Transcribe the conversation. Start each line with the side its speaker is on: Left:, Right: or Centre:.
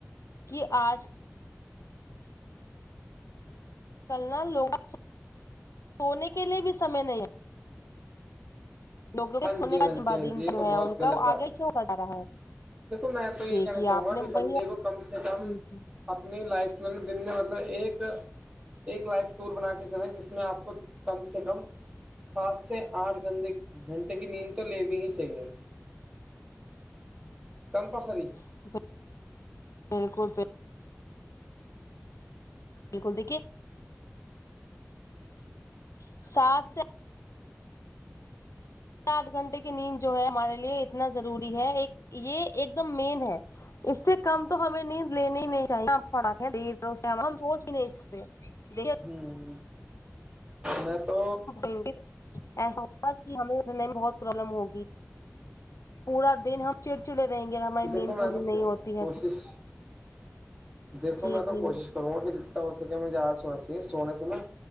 Left: کہ آج
Right: <unintelligible>
Left: چلنا لوگوں سونے کے لیے بھی سمے نہیں لوگوں کے
Right: ہاں
Left: سونے
Right: جی
Left: کا
Right: ہاں جی
Left: ب
Right: ہاں
Left: دن
Right: جی یہ
Left: جو
Right: تو
Left: ہے
Right: بہت
Left: ان
Right: غلط
Left: کا وہ
Right: بات
Left: آگے
Right: ہے
Left: سے پڑا رہا ہے
Right: دیکھو میں تو یہ
Left: دیکھیے
Right: کہنا چاہوں
Left: آپ
Right: گا
Left: نے
Right: کہ بندے
Left: بڑھیا
Right: کو کم سے کم
Left: بالکل
Right: اپنی لائف میں دن نے مطلب ایک ایک لائف ٹور بنا کے چلیں جس میں آپ کو کم سے کم سات سے آٹھ گھ گھنٹے کی نیند تو لے بھی ہی چاہیے کمپلسری
Left: <inaudible> بالکل بالکل دیکھیے <inaudible> آٹھ گھنٹے کی نیند جو ہے ہمارے لیے اتنا ضروری ہے ایک یہ ایک دم مین ہے اس سے کم تو ہمیں نیند لیینی ہی نہیں چاہیے فات ہیں ہم سوچھ بھی نہیں سکتے دیر
Right: ہوں میں تو
Left: یں گے ایسا ہوگا کہ ہمیں اٹھنے میں بہت پرابلم ہوگی پورا دن ہم چڑچڑے رہیں گے اگر ہماری
Right: دیکھو
Left: نیند
Right: میں
Left: پوری
Right: تو
Left: نہیں ہوتی ہے
Right: کوشش دیکھو
Left: جی
Right: میں تو
Left: جی
Right: کوشش کروں گا کہ ج ہو سکے ہم زیادہ سونا چاہیے سونے سے نا